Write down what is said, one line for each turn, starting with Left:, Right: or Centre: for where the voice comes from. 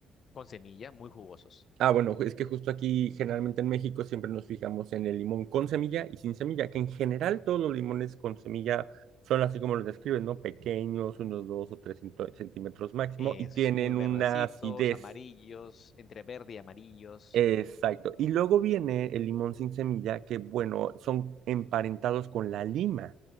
Left: con semilla, muy jugosos.
Right: Ah, bueno, es que justo aquí, generalmente en México, siempre nos fijamos en el limón con semilla y sin semilla, que en general todos los limones con semilla son así como los describen, ¿no? Pequeños, unos dos o tres centímetros máximo,
Left: Eh,
Right: y
Left: es
Right: tienen
Left: muy verdecitos,
Right: una acidez
Left: amarillos, entre verde y amarillos.
Right: Exacto. Y luego viene el limón sin semilla, que bueno, son emparentados con la lima,